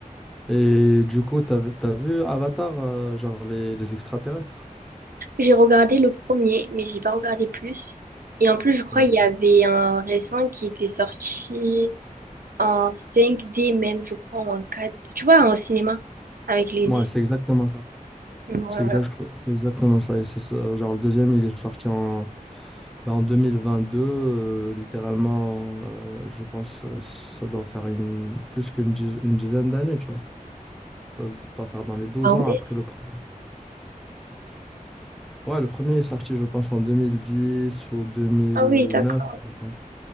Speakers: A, in the centre; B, on the right.
A: Et du coup, t'as, vu t'as vu Avatar, euh, genre les, les extraterrestres?
B: J'ai regardé le premier, mais j'ai pas regardé plus. Et en plus, je crois
A: Ah.
B: qu'il y avait un récent qui était sorti en cinq d même, je crois, ou en quatre. d Tu vois, au cinéma, avec les
A: Ouais,
B: effets.
A: c'est exactement ça.
B: Voilà.
A: C'est exact- c'est exactement ça. Et c'est ça, genre le deuxième, il est sorti en, bah, en 2022, euh, littéralement, euh, je pense, euh, ça doit faire une, plus qu'une diz- une dizaine d'années, tu vois. Ça doit faire dans les 12
B: Ah oui?
A: ans après le premier. Ouais, le premier est sorti, je pense, en 2010 ou 2009,
B: Ah oui, d'accord.
A: je pense.